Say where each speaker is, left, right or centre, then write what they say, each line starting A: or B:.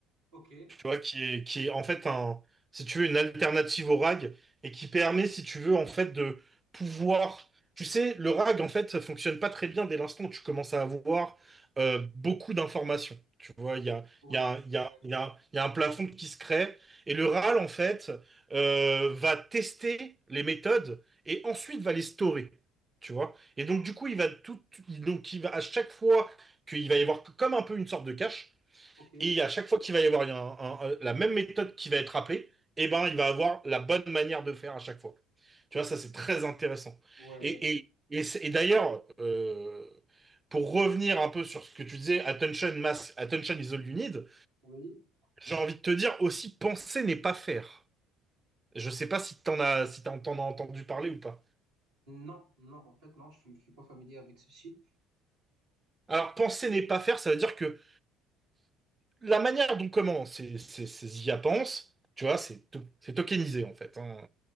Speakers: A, on the right; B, on the right.
A: ok,
B: tu vois, qui est, qui est en fait un, si tu veux, une alternative au rag et qui permet, si tu veux, en fait, de pouvoir. Tu sais, le rag, en fait, ça fonctionne pas très bien dès l'instant où tu commences à avoir euh, beaucoup d'informations. Tu vois, il y a,
A: ouais,
B: il y a, il y
A: ouais,
B: a, il y a, il y a un plafond qui se crée et le RAL, en fait, euh, va tester les méthodes et ensuite va les storer. Tu vois?
A: d'accord,
B: Et donc, du coup, il va tout, donc, il va à chaque fois qu'il va y avoir comme un peu une sorte de cache.
A: ok, ouais,
B: Et à chaque fois qu'il va y avoir un- un- un- la même méthode qui va être appelée, eh ben, il va avoir la bonne manière de faire à chaque fois. Tu vois, ça, c'est très intéressant.
A: ouais,
B: Et, et, et, c'est- et d'ailleurs, euh, pour revenir un peu sur ce que tu disais, attention, mass, attention is all you need,
A: oui.
B: j'ai envie de te dire aussi, penser n'est pas faire. Je sais pas si t'en as, si t'en t'en as entendu parler ou pas.
A: Non, non, en fait, non, je suis, je suis pas familier avec ceci.
B: Alors, penser n'est pas faire, ça veut dire que la manière dont comment ces, ces, ces IA pensent, tu vois, c'est to- c'est tokenisé en fait. hein.